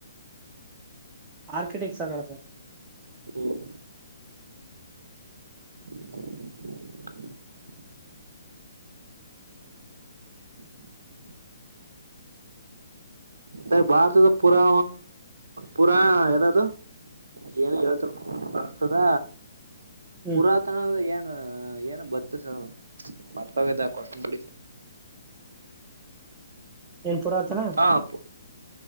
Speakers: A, on the right (about 20°); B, on the right (about 65°).
A: ಆರ್ಕಿಟೆಕ್ಟ್ ಆಗಲ್ಲ ಸರ್
B: ಹ್ಮ್ <unintelligible> <unintelligible> ಸರ್ ಭಾರತದ ಪುರಾ ಪುರಾ ಯದದು ಏನ್ ಹೇಳ್ತತದ
A: ಹ್ಮ್
B: ಪುರಾತ್ ಏನ್ ಏನು ಬತ್ತು ಸರ್ ಮರ್ತೋಗಿದ್ದ ಕೊಸ್ಡಿ
A: ಏನ್ ಪುರಾತನ
B: ಹಾಂಪ್ಪ